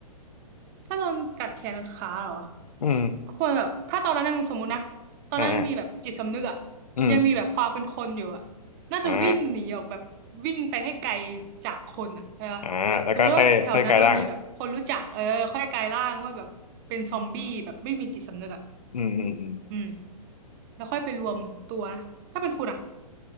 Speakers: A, on the right (about 30°); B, on the left (about 70°).
A: ถ้าโดนกัดแขนขาเหรอ
B: อืม
A: ควรแบบถ้าตอนนั้นยังสมมุตินะตอนนั้นยังมีแบบจิตสำนึกอะ
B: อ่าอ่าอืม
A: ยังมีแบบความเป็นคนอยู่อะน่าจะวิ่งหนีออกแบบวิ่งไปให้ไกล
B: อ่า
A: จากคนอะใช่ปะ
B: อ่าแล้วก็ค่อยค่อยกายร่างอ
A: สมมติว่าแถวนั้นเรามีแบบคนรู้จักเออค่อยกลายร่างว่าแบบเป็นซอมบี้แบบไม่มีจิตสำนึกอะ
B: ืมอืมอืม
A: อืมแล้วค่อยไปรวมตัวนะถ้าเป็นคุณอะ